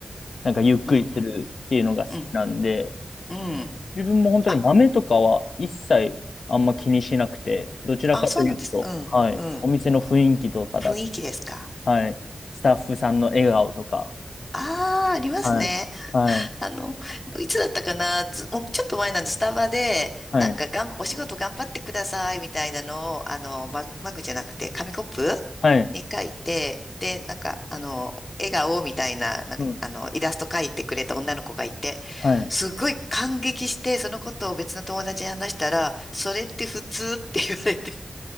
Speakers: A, on the left; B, on the left.
A: なんかゆっくりするっていうのが好きなんで、
B: うん。うん。うん、うん。
A: 自分も本当に豆とかは一切あんま気にしなくて、
B: あ、
A: どちらかというと、
B: あ、そうなんですね。
A: はい、
B: うん、うん。
A: お店の雰囲気とかだ、
B: 雰囲気ですか。
A: はい、スタッフさんの笑顔とか、
B: ああ、ありますね。
A: はい、はい、
B: あの、いつだったかな、ずもうちょっと前なんで、スタバで、
A: はい、
B: なんかがん、お仕事頑張ってくださいみたいなのを、あの、マグ、マグじゃなくて、紙コップ
A: はい、
B: に書いて、で、なんか、あの、笑顔みたいな、なんか、
A: うん、
B: あの、イラスト書いてくれた女の子がいて、
A: はい。
B: すごい感激して、そのことを別の友達に話したら、それって普通って言われて。